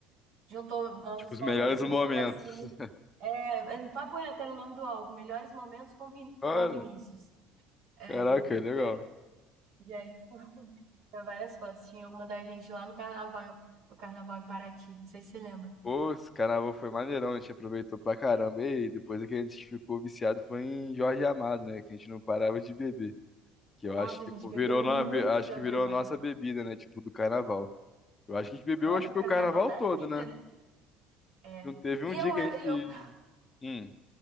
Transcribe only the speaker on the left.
Tipo, os
melhores
momentos.
<laughs>
Olha,
caraca, legal.
Pô, esse carnaval foi maneirão, a gente aproveitou pra caramba. E depois é que a gente ficou viciado foi em Jorge Amado, né? Que a gente não parava de beber. Que eu
acho que
pô,
virou, no-
acho
que virou
a nossa bebida, né? Tipo, do carnaval. Eu acho que a gente bebeu,
acho
que foi
o carnaval
todo,
né?
Não teve
um
dia que a gente.
Hum.